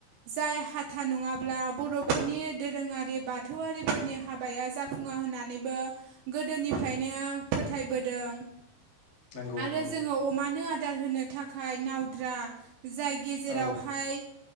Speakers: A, on the right; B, on the left.
A: जाय हाथा नङाब्ला बरफोरनि दोरोङारि बाथौआरिफोरनि हाबाया जाफुं फुङा होननानैबो गोदोनिफ्रायनो फोथायबोदों।
B: नंगौ
A: आरो
B: नंगौ
A: जोङो अमानो आदार होनो। खाय नावद्रा जाय गेजेरावहाय।
B: औ